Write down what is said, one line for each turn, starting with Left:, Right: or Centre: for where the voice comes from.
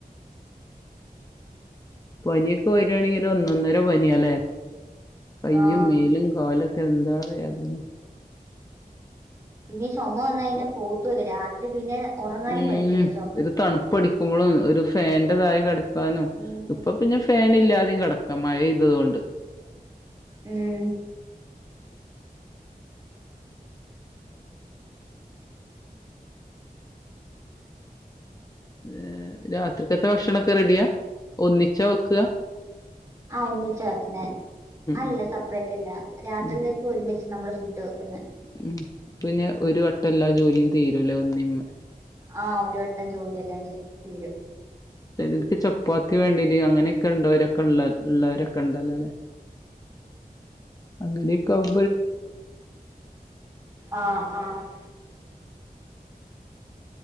Left: പനിയൊക്കെ വരിയാണെങ്കി ഒരു ഒന്നൊന്നര പനിയാല്ലേ കൈയും
Right: ആഹ്
Left: മേലും കാലും എന്താ വേദന
Right: പിന്നെ ചുമ വന്ന് കയിഞാ പോതുല്ല രാത്രി പിന്നെ ഉറങ്ങാനും
Left: ഉം
Right: പറ്റത്തില്ല ചുമ
Left: ഒരു
Right: വന്നാ.
Left: തണുപ്പടിക്കുമ്പളും ഒരു ഫാന്റെ താഴേ കെടക്കാനും
Right: ഉം
Left: ഇപ്പ പിന്നെ ഫാനില്ലാ വിടിം കിടക്കാ മഴയ്തോണ്ട്
Right: ഉം
Left: ഏ രാത്രിക്കത്തെ ഭക്ഷണൊക്കെ റെഡിയാ ഒന്നിച്ചാ വെക്ക
Right: ആ ഒന്നിച്ചാ വെക്കുന്നെ അല്ല
Left: ഉം
Right: സെപ്പറേറ്റല്ല രാത്രിതേക്ക്
Left: ഉം
Right: ഒരുമിച്ച് നമ്മുള് ഫുഡ് വെക്കുന്നെ
Left: ഉം പിന്നെ ഒരു വട്ടം എല്ലാ ജോലിയും തീരൂലെ ഒന്നിംമേ
Right: ആ ഒരു വട്ടം ജോലി എല്ലാം ചെ തീരും
Left: ചെലർക്ക് ചപ്പാത്തി വേണ്ടിന്ന് അങ്ങനെയൊക്കെ ഉണ്ടരൊക്കൊള്ള ഉള്ളരൊക്കെ ഉണ്ടല്ലോ അല്ലേ അങ്ങനെക്കാവു
Right: ആ ആ